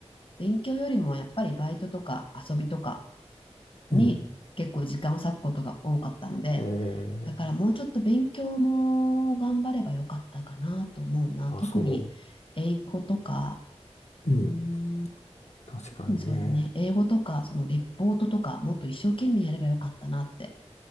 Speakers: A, on the left; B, on the left.
A: 勉強よりもやっぱりバイトとか遊びとかに結構時間を割くことが多かったので、
B: うんえー
A: だからもうちょっと勉強も頑張ればよかったかなと思うな。
B: あそ
A: 特に英語とか、
B: う。うん
A: うん、
B: 確かにね。
A: 特にそうだね。英語とか、そのレポートとか、もっと一生懸命やればよかったなって